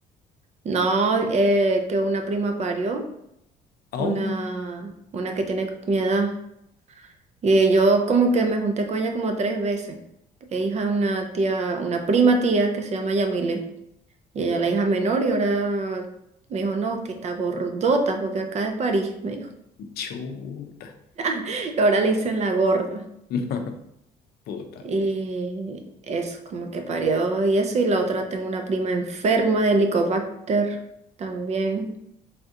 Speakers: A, on the right; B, on the left.
A: No, eh, que una prima parió,
B: Oh,
A: una, una que tiene mi edad. Y yo como que me junté con ella como tres veces. Es hija de una tía, una prima tía que se llama Yamile. Y ella es la hija menor y ahora me dijo, no, que está gordota porque acá de París, me dijo.
B: chuta.
A: <laughs> Y ahora le dicen la gorda.
B: <laughs> No, puta.
A: Y eso, como que parió y eso. Y la otra tengo una prima enferma de Helicobacter también.